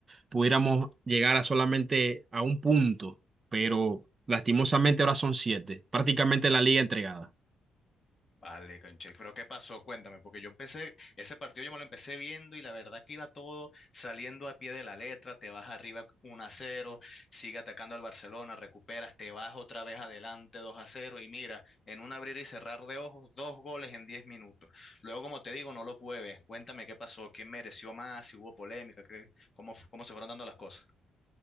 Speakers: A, on the right; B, on the left.
A: pudiéramos llegar a solamente a un punto, pero lastimosamente ahora son siete, prácticamente la liga entregada.
B: Vale, conche, pero ¿qué pasó? Cuéntame, porque yo empecé, ese partido yo me lo empecé viendo y la verdad que iba todo saliendo a pie de la letra, te vas arriba 1 a cero sigue atacando al Barcelona, recuperas, te vas otra vez adelante 2 a cero y mira, en un abrir y cerrar de ojos, dos goles en 10 minutos. Luego, como te digo, no lo pude ver. Cuéntame qué pasó, quién mereció más, si hubo polémica, qué, cómo, f- cómo se fueron dando las cosas.